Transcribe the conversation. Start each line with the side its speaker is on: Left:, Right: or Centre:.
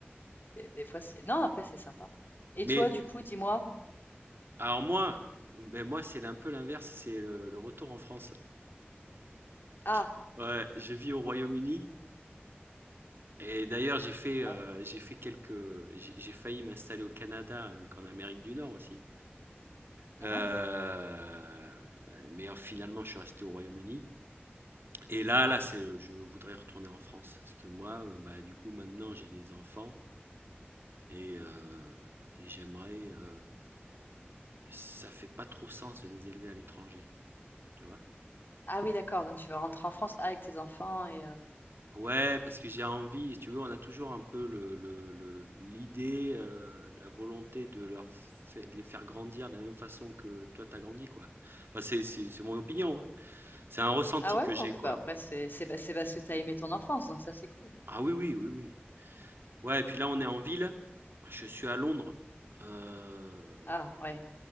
Left: Des, des fois, c'est. Non, après, c'est sympa. Et
Right: Mais
Left: toi, du coup, dis-moi.
Right: Alors moi, ben moi c'est un peu l'inverse, c'est le le retour en France.
Left: Ah,
Right: Je ouais, je vis au Royaume-Uni et d'ailleurs j'ai fait, heu,
Left: ouais.
Right: j'ai fait quelques j'ai j'ai failli m'installer au Canada, donc en Amérique du Nord aussi. Heu,
Left: mhm.
Right: mais en finalement je suis resté au Royaume-Uni et là là c'est le je voudrais retourner en France parce que moi, heu, bah, du coup maintenant j'ai des enfants et heu et j'aimerais, heu ça fait pas trop sens de les élever à l'étranger, tu vois?
Left: Ah oui, d'accord. Donc, tu vas rentrer en France avec tes enfants et. euh,
Right: Ouais, parce que j'ai envie, si tu veux, on a toujours un peu le le le l'idée, heu, la volonté de leur fai de les faire grandir de la même façon que toi t'as grandi, quoi. Enfin, c'est c'est c'est mon opinion, hein. C'est un ressenti
Left: Ah ouais?
Right: que j'ai,
Left: Donc,
Right: quoi.
Left: bah, après, c'est c'est bah, c'est parce que t'as aimé ton enfance, donc ça, c'est cool.
Right: Ah oui, oui, oui, oui. Ouais et puis là, on est en ville, je suis à Londres, heu,
Left: Ah ouais,